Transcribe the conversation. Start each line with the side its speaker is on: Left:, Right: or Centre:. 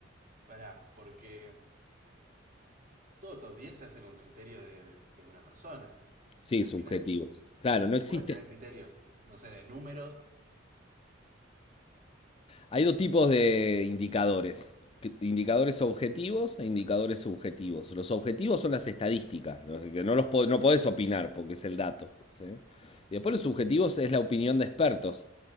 Right: pará, porque todo top 10 se hace con criterio de, de una persona.
Left: Sí,
Right: Al
Left: subjetivos.
Right: final.
Left: Claro, no existe.
Right: Podés tener criterios, no sé, de números.
Left: Hay dos tipos de indicadores. que- Indicadores objetivos e indicadores subjetivos. Los objetivos son las estadísticas, los que no los po- no podés opinar porque es el dato, ¿sí? Y después los subjetivos es la opinión de expertos.